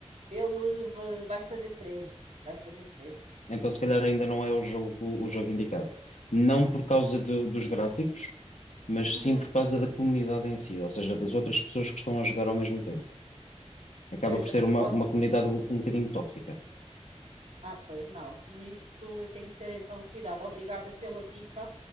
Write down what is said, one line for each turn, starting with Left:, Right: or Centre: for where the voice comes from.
Right: ele va- vai fazer treze Vai fazer treze
Left: Então, se calhar, ainda não é o jogo, o jogo indicado. Não por causa do- dos gráficos, mas
Right: Uhum.
Left: sim por causa da comunidade em si, ou seja, das outras pessoas que estão a jogar ao mesmo tempo. Acaba
Right: Pois
Left: por ser uma,
Right: pode,
Left: uma comunidade um, um bocadinho tóxica.
Right: Ah, pois não. Nisso eu tenho que ter então cuidado. Obrigada pela dica,